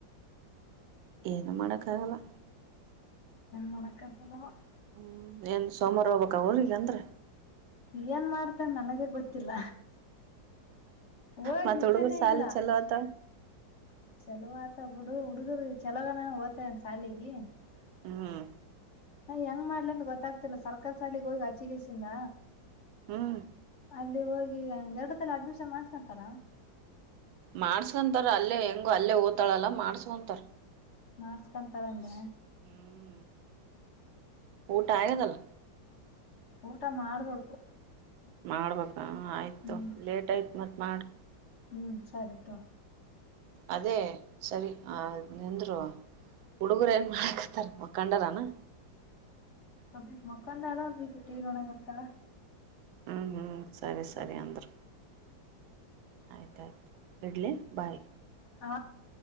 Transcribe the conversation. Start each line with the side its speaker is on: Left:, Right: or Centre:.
Right: ಏನು ಮಾಡಕ್ಕ ಆಗಲ್ಲ
Left: ವಣಕದಲ್ಲ <unintelligible>
Right: ಹ್ಮ್ ಏನ್ ಸೋಮಾರ ಹೋಗ್ಬಕ್ಕ ಹ ಊರಿಗೆ ಅಂದ್ರ
Left: ಏನ್ ಮಾಡ್ತೆನನನಗೆ ಗೊತ್ತಿಲ್ಲ ಹೋಗಕ್
Right: ಮತಹುಡುಗುರ
Left: ಇಷ್ಟನೇ
Right: ಸಾಲಿ
Left: ಇಲ್ಲ
Right: ಚಲುಆತವ
Left: ಚಲೋ ಆತ ಬಿಡು ಹುಡುಗರು ಚಲಗಣ ಓ್ತನ್ ಸಾಲಿಗೆ <unintelligible>
Right: ಹ್ಮ್
Left: ನಾ ಹೆಂಗ್ ಮಾಡ್ಲಿಅಂತ ಗೊತ್ತಾಗ್ತಿಲ್ಲ ಸರ್ಕಾರಿ ಸಾಲಿಗೆ ಹೋಗಿ ಅಚ್ಚಿಗೆಸಿಂದ
Right: ಹ್ಮ್
Left: ಅಲ್ಲಿ ಹೋಗಿ ಹೇದಕಅಲಿಅಡ್ಮಿಷನ್ ಮಾಡ್ಸಗಂತರ
Right: ಮಾಡ್ಸ್ಕೊಂತಾರ ಅಲ್ಲೇ ಹೆಂಗು ಅಲ್ಲೇ ಓತಾಳಲ್ಲ ಮಾಡ್ಸ್ಕೊಂತಾರ
Left: ಮಾಡಸ್ಕೊಂತಾರಂದ
Right: ಹ್ಮ್ ಊಟ ಆಗದಲ್ಲ
Left: ಊಟ ಮಾಡ್ಬೇಕು
Right: ಮಾಡ್ಬಾಕ ಹ ಆಯ್ತು
Left: ಹ್ಮ್
Right: ಲೇಟ್ ಆಯ್ತು ಮತ್ತ ಮಾಡು
Left: ಹ್ಮ್ ಸರಿ ತೊ
Right: ಅದೇ ಸರಿ ಆ ನಿಂದ್ರು ಹುಡುಗರು ಏನ್ ಮಾಡಕತ್ತಾರ ಮಖಂಡರನ
Left: ಒಬ್ಬಾಕಿ ಮಕೊಂಡಾಳ ಒಬ್ಬಕಿ ಟಿವಿ ನೋಡಾಕತ್ತಾಳ
Right: ಹ್ಮ್ ಹ್ಮ್ ಸರಿ ಸರಿ ಅಂದ್ರ ಆಯ್ತಾಯ್ತು ಇಡ್ಲಿ ಬಾಯಿ
Left: ಆ